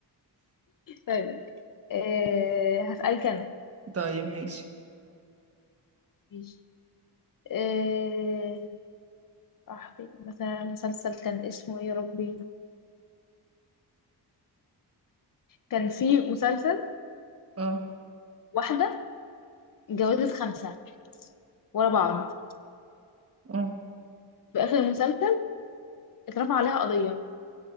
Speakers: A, on the left (about 55°); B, on the right (about 35°).
A: طيب أه هسألك انا
B: طيب ماشي
A: ماشي إيه صاحبي مثلا مسلسل كان اسمه ايه يا ربي كان في مسلسل
B: اه
A: واحدة اتجوزت خمسة ورا بعض
B: اه
A: في آخر المسلسل اترفع عليها قضية